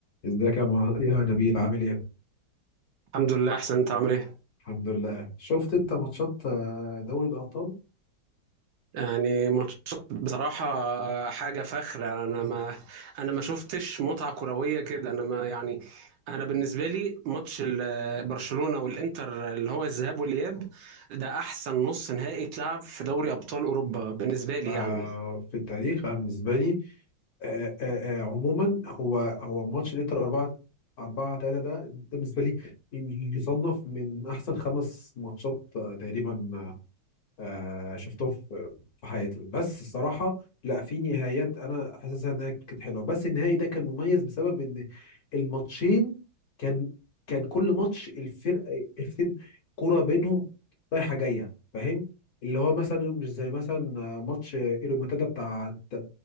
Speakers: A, on the left; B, on the right.
A: ازيك يا مه... يا نبيل عامل ايه؟
B: الحمد لله احسن انت عامل ايه
A: الحمد لله شفت انت ماتشات آه، دوري الابطال
B: يعني ماتشات بصراحة آه، حاجة فخرة يعني انا ما انا ما شفتش متعة كروية كده انا ما يعني انا بالنسبة لي ماتش ال- آه، برشلونة والانتر اللي هو الذهاب والاياب ده احسن نص نهائي اتلعب في دوري ابطال اوروبا بالنسبة لي
A: آه،
B: يعني
A: في التاريخ أنا بالنسبه لي آه، آه، آه، عموما هو هو ماتش الانتر 4 4 3 ده ده بالنسبه لي يصنف من احسن خمس ماتشات آه، تقريبا آه، شفتهم في في حياتي بس الصراحة لا في نهايات انا حاسسها انها كانت حلوة بس النهائي ده كان مميز بسبب ان الماتشين كان كان كل ماتش الفرقة الفرقتين كرة بينهم رايحة جاية فاهم اللي هو مثلا مش زي مثلا آه، ماتش الريمونتادا بتاع بتاع